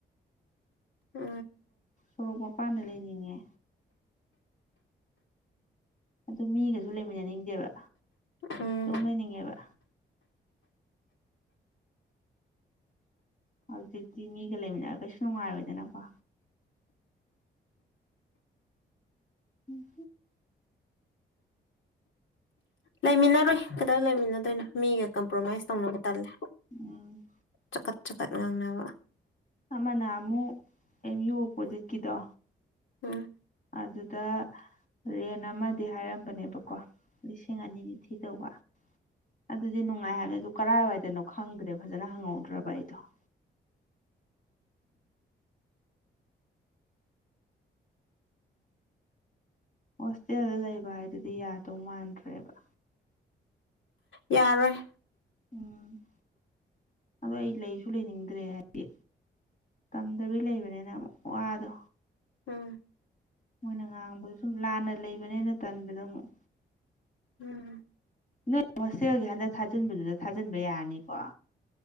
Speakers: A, on the left; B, on the left.
A: ꯑ
B: ꯁꯣꯔꯣꯛ ꯃꯄꯥꯟꯗ ꯂꯩꯅꯤꯡꯉꯦ ꯑꯗꯨ ꯃꯤꯒꯁꯨ ꯂꯩꯃꯤꯟꯅꯅꯤꯡꯗꯦꯕ
A: ꯎꯝ
B: ꯑꯗꯨꯝ ꯂꯩꯅꯤꯡꯉꯦꯕ ꯍꯧꯖꯤꯛꯇꯤ ꯃꯤꯒ ꯂꯩꯃꯤꯟꯅꯔ ꯀꯩꯁꯨ ꯅꯨꯡꯉꯥꯏꯔꯣꯏꯗꯅꯀꯣ ꯎꯝ
A: ꯂꯩꯃꯤꯟꯅꯔꯣꯏ ꯀꯗꯧ ꯂꯩꯃꯤꯟꯅꯗꯣꯏꯅꯣ ꯃꯤꯒ ꯀꯝꯄ꯭ꯔꯣꯃꯥꯏꯁ ꯇꯧꯅꯕ ꯇꯜꯂꯦ
B: ꯎꯝ
A: ꯆꯀꯠ ꯆꯀꯠ ꯉꯥꯡꯅꯕ
B: ꯑꯃꯅ ꯑꯃꯨꯛ ꯑꯦꯝ ꯌꯨ ꯑꯣꯄꯣꯖꯤꯠꯀꯤꯗꯣ
A: ꯑ
B: ꯑꯗꯨꯗ ꯔꯦꯟ ꯑꯃꯗꯤ ꯍꯥꯏꯔꯝꯕꯅꯦꯕꯀꯣ ꯂꯤꯁꯤꯡ ꯑꯅꯤꯗꯤ ꯊꯤꯗꯧꯕ ꯑꯗꯨꯗꯤ ꯅꯨꯡꯉꯥꯏ ꯍꯥꯏꯕꯅꯤ ꯑꯗꯨ ꯀꯔꯥꯏꯋꯥꯏꯗꯅꯣ ꯈꯪꯗ꯭ꯔꯦ ꯐꯖꯅ ꯍꯪꯍꯧꯗ꯭ꯔꯕ ꯑꯩꯗꯣ ꯎꯝ ꯍꯣꯁꯇꯦꯜꯗ ꯂꯩꯕ ꯍꯥꯏꯗꯨꯗꯤ ꯌꯥꯗꯧ ꯃꯥꯟꯗ꯭ꯔꯦꯕ
A: ꯌꯥꯔꯣꯏ
B: ꯎꯝ ꯑꯗꯣ ꯑꯩ ꯂꯩꯁꯨ ꯂꯩꯅꯤꯡꯗ꯭ꯔꯦ ꯍꯥꯏꯗꯤ ꯇꯝꯗꯕꯤ ꯂꯩꯕꯅꯤꯅ ꯋꯥꯗꯣ
A: ꯎꯝ
B: ꯃꯣꯏꯅ ꯉꯥꯡꯕꯗ ꯁꯨꯝ ꯂꯥꯟꯅ ꯂꯩꯕꯅꯦꯅ ꯇꯟꯕꯗ ꯑꯃꯨꯛ
A: ꯎꯝ
B: ꯅꯣꯏ ꯍꯣꯁꯇꯦꯜꯒꯤ ꯍꯟꯗꯛ ꯊꯥꯖꯤꯟꯕꯗꯨꯗ ꯊꯥꯖꯤꯟꯕ ꯌꯥꯔꯅꯤꯀꯣ